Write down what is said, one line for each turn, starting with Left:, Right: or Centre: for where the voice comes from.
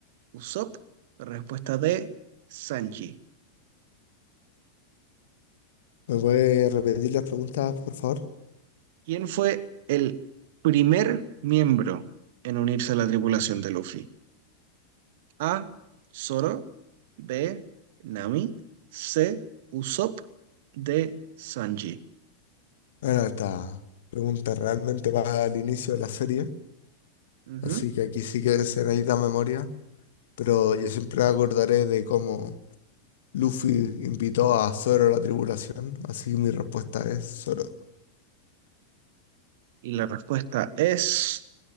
Right: Usopp. Respuesta D, Sanji.
Left: ¿Me puede repetir las preguntas, por favor?
Right: ¿Quién fue el primer miembro en unirse a la tripulación de Luffy? A, Zoro. B, Nami. C, Usopp. D, Sanji.
Left: Bueno, esta pregunta realmente va al inicio de la serie,
Right: Ujú.
Left: así que aquí sí que se necesita memoria, pero yo siempre me acordaré de cómo Luffy invitó a Zoro a la tribulación, así que mi respuesta es Zoro.
Right: Y la respuesta es...